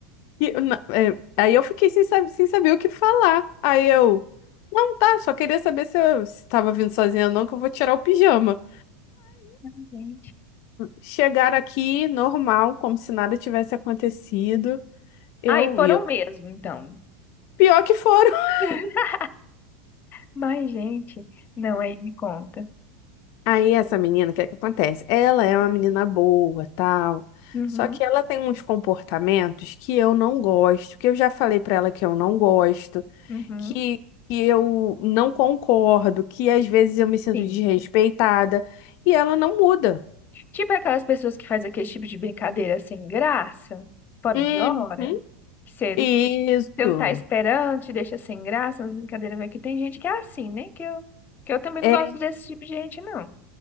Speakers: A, on the left; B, on the left.
A: E eu na- é, aí eu fiquei sem, sab- sem saber o que falar. Aí eu, não, tá, só queria saber se eu estava vindo sozinha ou não, que eu vou tirar o pijama.
B: Ai, Gente.
A: Chegaram aqui, normal, como se nada tivesse acontecido. Eu
B: Ah, e foram
A: ia.
B: mesmo, então.
A: Pior que foram. <laughs>
B: <laughs> Mas, gente, não, aí me conta.
A: Aí essa menina, o que é que acontece? Ela é uma menina boa, tal.
B: Uhum,
A: Só que ela tem uns comportamentos que eu não gosto, que eu já falei pra ela que eu não gosto.
B: uhum,
A: que, que eu não concordo, que às vezes eu me sinto
B: sim.
A: desrespeitada, e ela não muda.
B: Tipo aquelas pessoas que fazem aquele tipo de brincadeira sem graça, fora
A: Uhum.
B: de hora. Que você
A: Isso.
B: Você não tá esperando, te deixa sem graça, umas brincadeiras vai que tem gente que é assim, né? Que eu, que eu também
A: É,
B: não gosto desse tipo de gente, não.